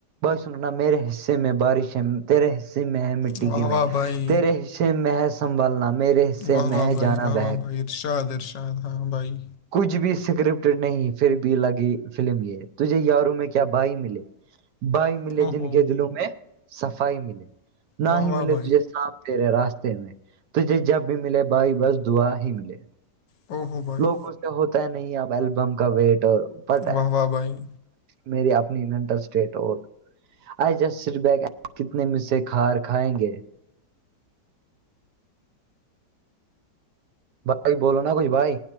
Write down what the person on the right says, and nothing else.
سنناا میرے حصے میں بارش ہے تیرےص میں مٹی
کے میں
تیرے حصے میں سنبھالنا میرے حصے
میں
جانا
ب
کچھ بھی اسکرپٹ نہیں پھر بھی الگی فلم یہ تجھے یاروں میں کیا بھائی ملے بائی ملے
جن
کے دلوں میں صفائی ملے نہ
ہی
ملے
تجھے سان یرے راستے میں تجھے جب بھی ملے بھائی بس دعا ہی ملے
لوگوں سے ہوتا ہے نہیں اب البم کا ویٹ اور بٹ
میری اپنی مینٹل اسٹیٹ اور آ جس س بیک کتنے میں سے کھا کھائیں گے بھائی بولو نا کچھ بھائی